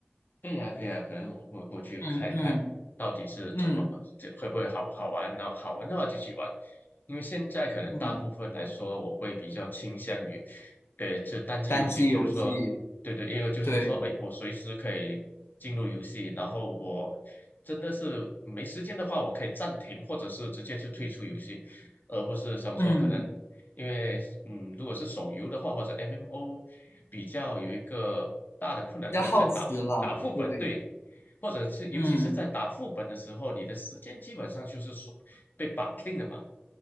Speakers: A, on the left; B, on the left.
A: 可以啊，可以啊，可能我会过去看一看，
B: 嗯嗯
A: 到底是怎么，
B: 嗯
A: 这会不会好不好玩？然后好玩的话就去玩，因为现在可能大部分来说，
B: 嗯，
A: 我会比较倾向于，呃，这单机游戏，
B: 单机游戏，
A: 就是说，对对，因为就是说，
B: 对，
A: 哎，我随时可以进入游戏，然后我真的是没时间的话，我可以暂停，或者是直接就退出游戏，而不是想说可能。
B: 嗯，
A: 因为嗯，如果是手游的话，或者 MMO，比较有一个大的困难，
B: 要耗时了，
A: 可能在打副打副本，
B: 对，
A: 对，或者是尤其是在打副本的时候，
B: 嗯。
A: 你的时间基本上就是说被绑定的嘛，